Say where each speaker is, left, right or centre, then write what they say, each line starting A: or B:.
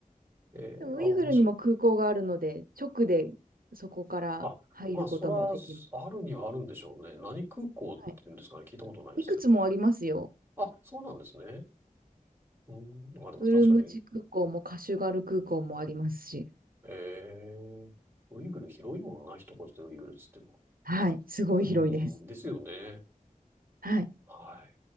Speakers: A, on the right; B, on the right.
A: ええあ、
B: でもウイグルにも空港があるので、
A: 面白い。
B: 直でそこから入ることもできます。
A: あ、まあ、そら、あるにはあるんでしょうね。何空港っていうんですかね。
B: はい。
A: 聞いたことないですけど。
B: いくつもありますよ。
A: あ、そうなんですね。うん、まあでも確かに、
B: ウルムチ空港もカシュガル空港もありますし、
A: えー、ウイグル広いもんな、一言でウイグルっつっても。
B: はい、すごい広いです。
A: うん、ですよね。
B: はい。
A: はい。